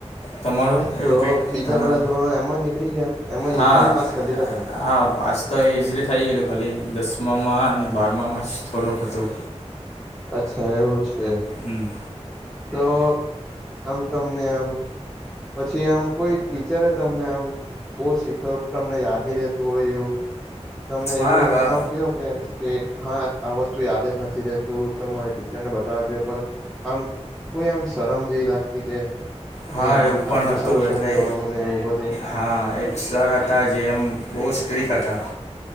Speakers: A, on the left (about 70°); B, in the centre.
A: તમારું એવું
B: તો
A: કંઈ
B: બીજા
A: તણાવ
B: બધા ધોરણો એમ જ નીકળી ગયા એમ જ
A: હા
B: ઈઝીલી પાસ કરી લીધા તમે
A: હા સ તો એ ઇઝીલી થઈ ગયેલું ખાલી દસમામાં અને બારમામાં જ થોડુંક હતું
B: અચ્છા એવું છે.
A: હં
B: તો આમ તમને આમ. પછી આમ કોઈ ટીચરે તમને આમ બહું શીખવ તમને યાદ નહીં રહેતું હોય એવું. તમને
A: હા
B: એ બંધો
A: એવા
B: તનાવ થયો કે કે હા આ વસ્તુ યાદ જ નથી રેતી. તું તો મારે ટીચરને બતાવ જોઈએ પણ આમ કોઈ આમ શરમ જેવી લાગતી કે નહી
A: હા
B: આ
A: એવું પણ
B: આટલું
A: હતું
B: સારું શું
A: એટલે
B: કેવાનું ને એવું બધું
A: હા એક સર હતાં જે એમ બહુ સ્ટ્રીક હતાં.